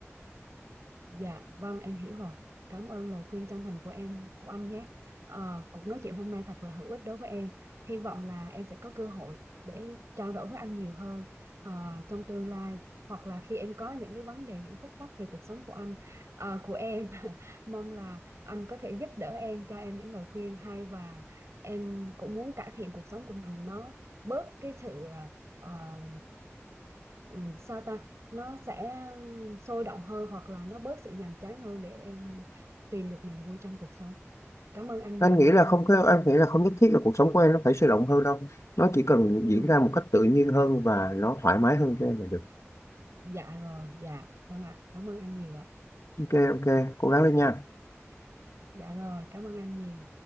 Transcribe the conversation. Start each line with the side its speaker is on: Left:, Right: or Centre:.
Right: Dạ, vâng em hiểu rồi. Cảm ơn lời khuyên chân thành của em, của anh nhé. Ờ, cuộc nói chuyện hôm nay thật là hữu ích đối với em. Hy vọng là em sẽ có cơ hội để trao đổi với anh nhiều hơn ờ, trong tương lai hoặc là khi em có những cái vấn đề, những khúc mắc về cuộc sống của anh, ờ, của em. <laughs> Mong là anh có thể giúp đỡ em, cho em những lời khuyên hay và em cũng muốn cải thiện cuộc sống của mình nó bớt cái sự ờ, ờ, ừ, sao ta? nó sẽ sôi động hơn hoặc là nó bớt sự nhàm chán hơn để em tìm được niềm vui trong cuộc sống cảm ơn anh nhiều
Left: anh
Right: nhé
Left: nghĩ là không có em nghĩ là không nhất thiết là cuộc sống của em nó phải sôi động hơn đâu nó chỉ cần
Right: ừ
Left: diễn ra một cách tự nhiên hơn và nó thoải mái hơn cho em là được
Right: dạ rồi dạ vâng ạ cảm ơn anh nhiều ạ
Left: ok ok cố gắng lên nha
Right: dạ rồi cảm ơn anh nhiều